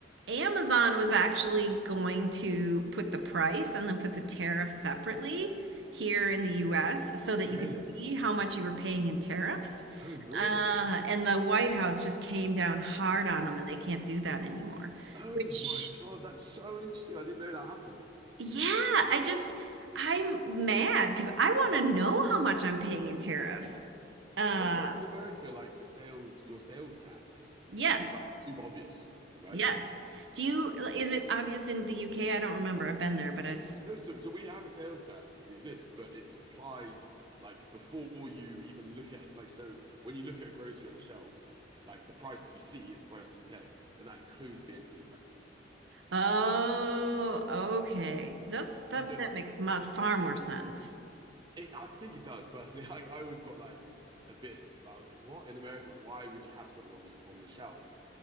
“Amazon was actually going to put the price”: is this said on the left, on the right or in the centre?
Right